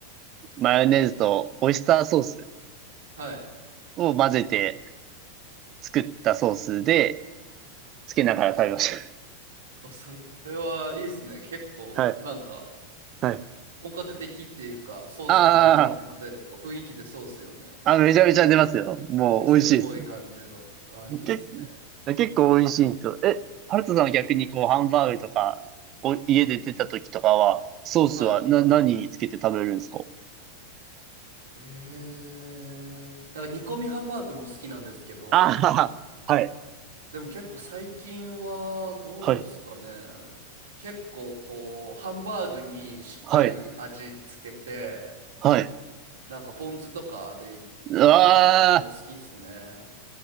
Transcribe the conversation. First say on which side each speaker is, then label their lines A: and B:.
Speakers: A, on the right; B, on the right.
A: う、マヨネーズとオイスターソース
B: はい。
A: を混ぜて、作ったソースで、つけながら食べまし
B: あ、それは、いいですね。結構、
A: た。<laughs> はい。
B: なんか、
A: はい。
B: 本格的っていうか、ソースとマヨネーズ混ぜると雰囲気でそうっすよね。
A: ああ、あ、めちゃめちゃ出ますよ。もう美味しいです。
B: お店っぽい感じの。あ、いいっすね。
A: け、結構美味しいと。え、ハルトさんは逆にこう、ハンバーグとか、お、家で出た時とかは、ソースはな、
B: はい。
A: 何につけて食べるんですか
B: えー、なんか煮込みハンバーグも好きなんですけど、
A: ああ、はい。
B: でも結構最近はどうですかね。
A: はい。
B: 結構こう、ハンバーグにしっかり味つけて、
A: はい。はい。
B: なんかポン酢とかでいくこの好きっすね。
A: うわ